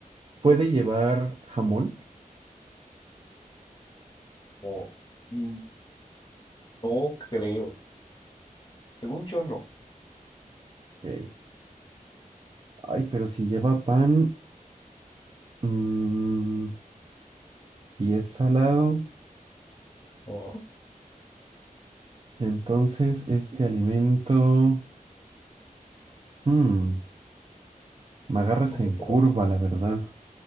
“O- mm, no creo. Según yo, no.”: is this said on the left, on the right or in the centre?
Left